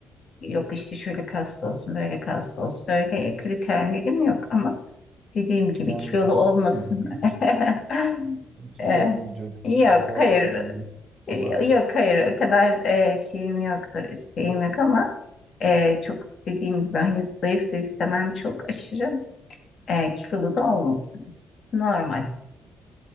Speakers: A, on the left; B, on the right.
A: yok işte şöyle kaslı olsun, böyle kaslı olsun, öyle kriterlerim yok ama dediğim
B: Üçgen
A: gibi kilolu
B: vücut
A: olmasın.
B: olsun mu? <laughs>
A: <laughs>
B: Üçgen
A: E,
B: vücut,
A: yok,
B: baklava
A: hayır,
B: dilim
A: E,
B: falan.
A: yok, hayır, o kadar e, şeyim yoktur, isteğim yok ama e, çok dediğim gibi hani zayıf da istemem çok aşırı e, kilolu da olmasın. Normal.